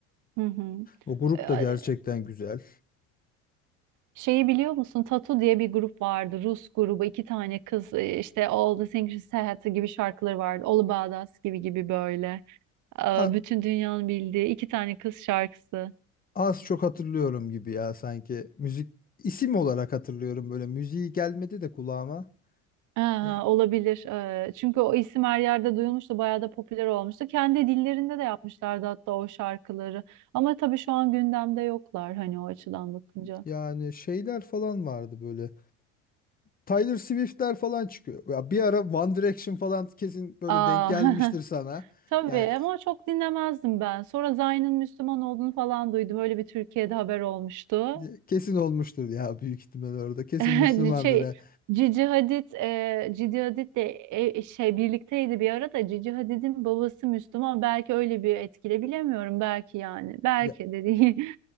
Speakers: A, on the right; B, on the left.
A: Hı hı.
B: O grup
A: Ee,
B: da gerçekten güzel.
A: Şeyi biliyor musun? Tatu diye bir grup vardı. Rus grubu. iki tane kız e, işte All the Things You Said gibi şarkıları vardı. All About Us gibi gibi böyle. Ee,
B: A-
A: Bütün dünyanın bildiği iki tane kız şarkısı.
B: az çok hatırlıyorum gibi ya sanki. Müzik isim olarak hatırlıyorum böyle. Müziği gelmedi de kulağıma.
A: Aha,
B: Ya-
A: olabilir. Ee, çünkü o isim her yerde duyulmuştu, bayağı da popüler olmuştu. Kendi dillerinde de yapmışlardı hatta o şarkıları. Ama tabii şu an gündemde yoklar hani o açıdan bakınca.
B: Yani şeyler falan vardı böyle. Tyler Swift'ler falan çıkıyor. Ya bir ara One Direction falan kesin böyle
A: Aa,
B: denk gelmiştir
A: <laughs>
B: sana.
A: tabii
B: Yani
A: ama çok dinlemezdim ben. Sonra Zayn'ın Müslüman olduğunu falan duydum. Öyle bir Türkiye'de haber olmuştu.
B: e, kesin olmuştur ya büyük ihtimal orada. Kesin
A: <laughs>
B: Müslümandır.
A: Şey,
B: ha.
A: Cici Hadid, e, Cici Hadid de e, şey birlikteydi bir ara da Cici Hadid'in babası Müslüman. Belki öyle bir etkile bilemiyorum. Belki yani. Belki
B: Ya
A: de değil.